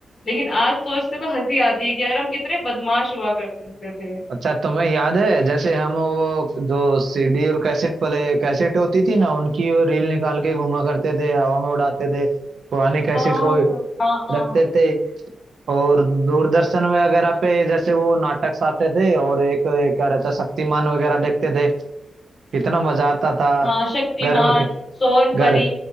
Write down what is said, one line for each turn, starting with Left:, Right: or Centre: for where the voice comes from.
Left: लेकिन आज सोचते तो हंसी आती है कि यार हम कितने बदमाश हुआ करते थे
Right: अच्छा तुम्हें याद है जैसे हम वो जो सीडी और कैसेट पले कैसेट होती थी ना उनकी वो रील निकाल के घुमा करते थे हवा में उड़ाते थे पुरानी कैसेट
Left: हाँ
Right: को
Left: हाँ
Right: रखते थे और दूरदर्शन वगैरह पे जैसे वो नाटक आते थे और एक एक क्या रहता शक्तिमान वगैरह देखते थे कितना मजा आता था
Left: हाँ शक्तिमान
Right: घर में के-
Left: सोन
Right: घर
Left: परी